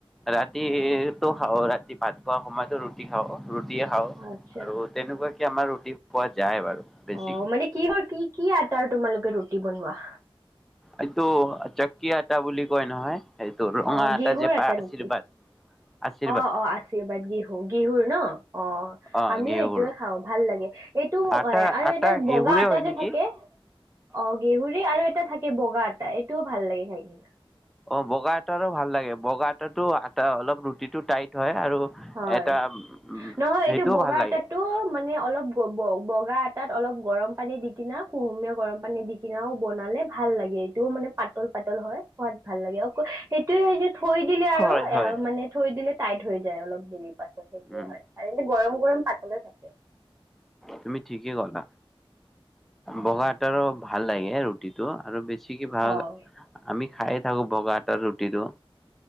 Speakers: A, in the centre; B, on the right (about 25°).
A: ৰাতিৰটো খাৱ ৰা ভাত খোৱা সময়তো ৰুটি খাওঁ। ৰুটিয়ে খাওঁ
B: আচ্ছা
A: আৰু তেনেকুৱা কে আমাৰ ৰুটি খোৱা যায় বাৰু বেছিকে
B: অ মানে কি কি কি আটাৰ তোমালোক কে ৰুটি বনোৱা?
A: এইটো চাক্কি আটা বুলি কয় নহয়। সেইটো ৰঙা
B: অ
A: আটা
B: গেহুৰ
A: যে
B: এটা
A: পায় আশীৰ্বাদ
B: নেকি?
A: আশীৰ্বাদ
B: অ অ আশীৰ্বাদ গেহু। গেহুৰ ন? অ
A: অ
B: আমিও
A: ঘেঁহুৰ
B: এইটোৱে খাওঁ ভাল লাগে, এইটো
A: আটা
B: এ আৰু
A: আটা
B: এটা
A: ঘেঁহুৰে
B: বগা আটা
A: হয়
B: যে
A: নেকি
B: থাকে অ গেহুৰেই আৰু এটা থাকে বগা আটা এইটোও ভাল লাগে খায় কিনা।
A: অ বগা আটাৰো ভাল লাগে বগা আটাটো আটা অলপ ৰুটিটো টাইট হয়। আৰু
B: হয়,
A: এটা উম
B: নহয়
A: সেইটোও
B: এইটো বগা
A: ভাল লাগে
B: এটো মানে অলপ গব বগা আটাত অলপ গৰম পানী দি কিনা কুহুমীয়া গৰম পানী দি কিনাও বনালে ভাল লাগে এইটোও মানে পাতল পাতল হয়। সোৱাদ ভাল লাগে, অক সেইটোয়ে যে থৈ দিলে আৰু
A: হয় হয়
B: অ মানে থৈ দিলে। টাইট হয়। যায় অলপ হেৰি। পাছত সেইটোয়ে
A: উম,
B: হয়, আৰু এনেই গৰম গৰম পাতলে থাকে।
A: তুমি ঠিকেই কলা, বগা আটাৰো ভাল লাগে ৰুটিটো। আৰু বেছি ছিকে ভাগ
B: অ
A: আমি খাইয়ে থাকো বগা আটাৰ ৰুটিটো।